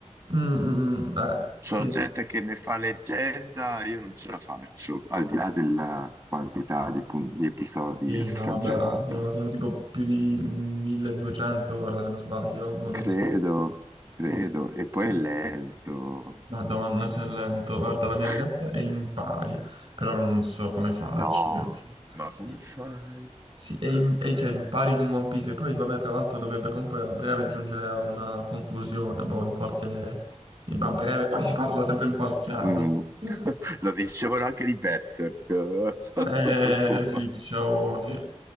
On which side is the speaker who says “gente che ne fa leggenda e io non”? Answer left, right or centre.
Right